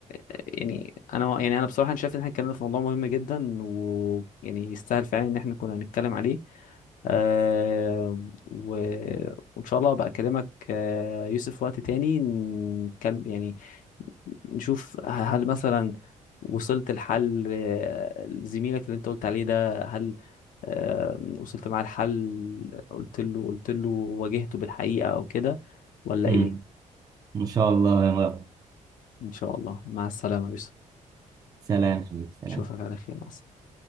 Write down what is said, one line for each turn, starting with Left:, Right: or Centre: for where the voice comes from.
Left: يعني انا يعني انا بصراحه أنا شايف ان احنا اتكلمنا في موضوع مهم جدا ويعني يستاهل فعلا ان احنا كنا نتكلم عليه آه و... وان شاء الله ابقى اكلمك آه يوسف في وقت تاني نتكلم يعني نشوف ه- هل مثلا وصلت لحل آه، زميلك اللي انت قلت عليه ده هل آه وصلت معاه الحل قلت له قلت له واجهته بالحقيقه او كده ولا
Right: امم
Left: ايه
Right: إن شاء الله يا رب
Left: ان شاء الله مع السلامه يا يوسف
Right: سلام حبيبي سلام
Left: اشوفك على خير مع السلامه